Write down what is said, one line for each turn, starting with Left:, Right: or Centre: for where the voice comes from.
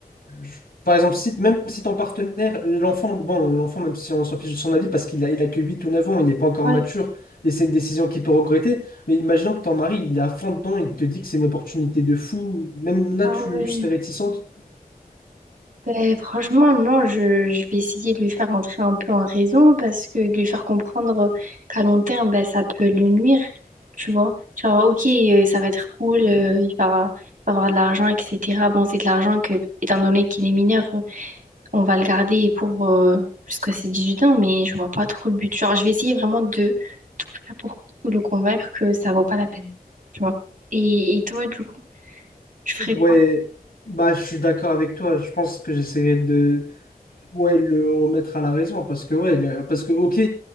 Left: Je- Par exemple, si, même si ton partenaire, l'enfant, bon, l'enfant, même si on s'en fiche de son avis, parce qu'il a, il a que 8 ou 9 ans, il n'est pas encore
Right: voilà.
Left: mature, et c'est une décision qu'il peut regretter, mais imaginons que ton mari, il est à fond dedans, il te dit que c'est une opportunité de fou, même là,
Right: Ah
Left: tu,
Right: ouais.
Left: tu serais réticente.
Right: ben franchement, non, je, je vais essayer de lui faire entrer un peu en raison parce que de lui faire comprendre qu'à long terme, ben ça peut lui nuire, tu vois. Genre, ok, euh, ça va être cool, euh, il va, il va avoir de l'argent, etc. Bon, c'est de l'argent que, étant donné qu'il est mineur, on va le garder pour euh, jusqu'à ses huit ans, mais je vois pas trop le but. Genre, je vais essayer vraiment de tout faire pour le convaincre que ça vaut pas la peine. Tu vois. Et, et toi, du coup, tu ferais
Left: Ouais,
Right: quoi?
Left: bah, je suis d'accord avec toi, je pense que j'essaierai de, ouais, le remettre à la raison, parce que, ouais, le- parce que, ok,